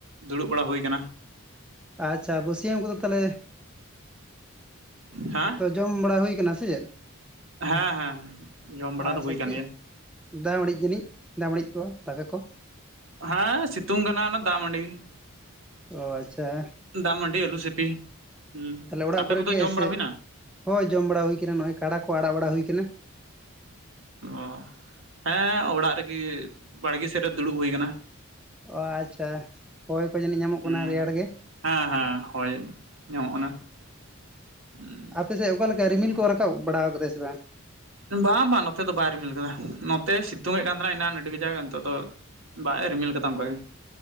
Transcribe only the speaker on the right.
ᱫᱩᱲᱩᱵ ᱵᱟᱲᱟ ᱦᱩᱭ ᱟᱠᱟᱱᱟ ᱾
ᱦᱮᱸ
ᱦᱮᱸ ᱦᱮᱸ, ᱡᱚᱢ ᱵᱟᱲᱟ
ᱫᱚ ᱦᱩᱭ ᱠᱟᱱ
ᱜᱮᱭᱟ ᱾
ᱦᱮᱸ ᱥᱤᱛᱩᱝ ᱠᱟᱱᱟ ᱚᱱᱟ ᱫᱟᱜ ᱢᱟᱹᱰᱤ ᱜᱤ ᱾
ᱫᱟᱜ ᱢᱟᱹᱰᱤ ᱟᱹᱞᱩ ᱥᱤᱯᱤ, ᱦᱩᱸ,
ᱟᱯᱮ
ᱠᱚᱫᱚ
ᱡᱚᱢ ᱵᱟᱲᱟ
ᱦᱩᱭᱮᱱᱟ?
ᱚ, ᱦᱮᱸ ᱚᱲᱟᱜ ᱨᱮᱜᱮ ᱵᱟᱲᱜᱮ ᱥᱮᱫ ᱨᱮ ᱫᱩᱲᱩᱵ ᱦᱩᱭ ᱟᱠᱟᱱᱟ ᱾
ᱦᱩᱸ
ᱦᱮᱸ ᱦᱮᱸ ᱦᱚᱭ ᱧᱟᱢᱚᱜ ᱠᱟᱱᱟ ᱾
ᱵᱟᱝ ᱵᱟᱝ ᱱᱚᱛᱮ ᱫᱚ ᱵᱟᱭ ᱨᱤᱢᱤᱞ ᱠᱟᱫᱟ᱾ ᱱᱚᱛᱮ ᱥᱤᱛᱩᱝ ᱮᱫ ᱠᱟᱱ ᱛᱟᱦᱮᱱᱟ ᱮᱱᱟᱱ ᱟᱹᱰᱤ ᱠᱟᱡᱟᱠ ᱱᱤᱛᱚᱜ ᱫᱚ ᱵᱟᱭ ᱨᱤᱢᱤᱞ ᱠᱟᱫᱟ ᱚᱱᱠᱟ ᱜᱮ